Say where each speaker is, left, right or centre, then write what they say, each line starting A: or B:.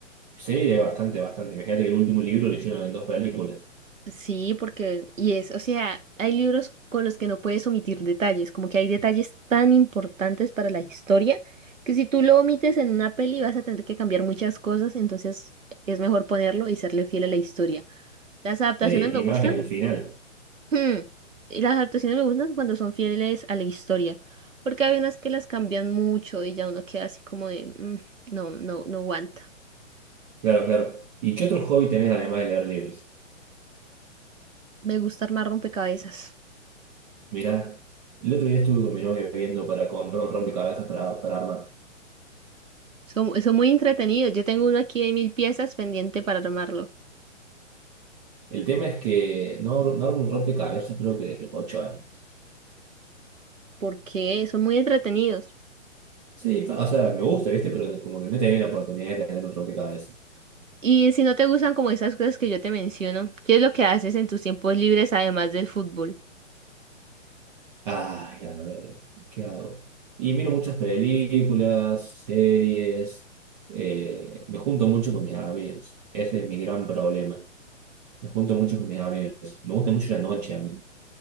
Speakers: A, on the right; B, on the right.
A: Sí, es bastante, bastante. Imagínate que el último libro lo hicieron en dos películas.
B: Sí, porque, y es, o sea, hay libros con los que no puedes omitir detalles, como que hay detalles tan importantes para la historia que si tú lo omites en una peli vas a tener que cambiar muchas cosas, entonces es mejor ponerlo y serle fiel a la historia. Las adaptaciones
A: Sí,
B: me
A: y
B: gustan,
A: más en el final.
B: hmm, y las adaptaciones me gustan cuando son fieles a la historia, porque hay unas que las cambian mucho y ya uno queda así como de, "Mm, no, no, no aguanta.
A: Claro, claro. ¿Y qué otro hobby tenés además de leer libros?
B: Me gusta armar rompecabezas.
A: Mirá, el otro día estuve con mi novia viendo para comprar un rompecabezas para, para armar.
B: Son, son muy entretenidos. Yo tengo uno aquí de mil piezas pendiente para armarlo.
A: El tema es que no, no armo un rompecabezas creo que de 8 años.
B: Porque son muy entretenidos.
A: Sí, pa- o sea, me gusta, ¿viste? Pero como que no he tenido la oportunidad de tener un rompecabezas.
B: Y si no te gustan como esas cosas que yo te menciono, ¿qué es lo que haces en tus tiempos libres además del fútbol?
A: Ay, a ver, ¿qué hago? Y miro muchas películas, series, eh, me junto mucho con mis amigos. Ese es mi gran problema. Me junto mucho con mis amigos. Me gusta mucho la noche a mí,